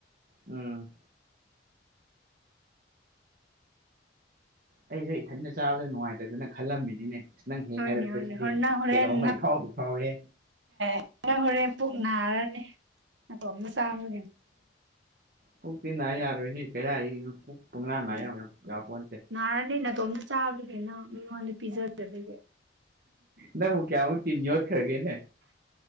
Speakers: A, on the right (about 50°); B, on the right (about 80°).
A: ꯎꯝ ꯑꯩꯁꯨ ꯏꯊꯟꯇ ꯆꯥꯕꯗ ꯅꯨꯡꯉꯥꯏꯇꯗꯅ ꯈꯜꯂꯝꯃꯤꯅꯤꯅꯦ ꯅꯪ ꯍꯦꯛ
B: ꯍꯣꯏꯅꯦ
A: ꯍꯥꯏꯔꯛꯄꯁꯤꯗꯤ
B: ꯍꯣꯏꯅꯦ ꯍꯣꯔ ꯅꯪ ꯍꯣꯔꯦꯟ
A: ꯀꯩꯅꯣꯝꯃ ꯏꯐꯥꯎꯗ ꯐꯥꯎꯔꯦ
B: ꯍꯔꯦ ꯍꯣꯔꯦꯟ ꯄꯨꯛ ꯅꯥꯔꯅꯤ ꯑꯇꯣꯝ ꯆꯥꯃ
A: ꯄꯨꯣꯛꯛꯇ ꯅꯥ ꯌꯥꯔꯣꯏꯍꯦ ꯀꯩꯗꯥꯔꯤ ꯄꯨꯡꯅꯥ ꯅꯥꯏ
B: ꯎꯝ
A: ꯄꯣꯁꯦ
B: ꯅꯥꯔꯅꯤ ꯅꯇꯣꯝ ꯆꯥꯕꯒꯦꯅ ꯃꯤꯉꯣꯟꯗ ꯄꯤꯖꯗꯒꯦ
A: ꯅ ꯃꯨꯛ ꯀ ꯑꯃꯛ ꯊꯤ ꯌꯣꯠ ꯈꯔꯒꯦꯅꯦ